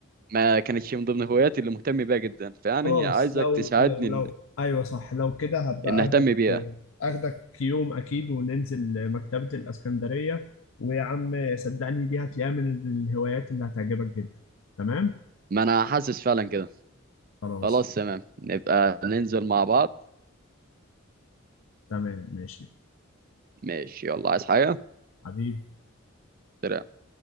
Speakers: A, on the right (about 40°); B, on the left (about 70°).
A: ما كانتش من ضمن هواياتي اللي مهتم بيها جدا فيعني
B: خلاص
A: عايزك
B: لو
A: تساعدني
B: لو
A: ان
B: لو أيوه صح لو كده هبقى
A: إن اهتم
B: أخدك
A: بيها
B: آه، أخدك يوم أكيد وننزل مكتبة الإسكندرية ويا عم صدقني دي هتلاقيها من الهوايات اللي هتعجبك جدا تمام
A: ما انا حاسس فعلا كده
B: خلاص
A: خلاص تمام نبقى ننزل مع بعض
B: تمام ماشي
A: ماشي يلا عايز حاجة
B: حبيبي
A: سلام.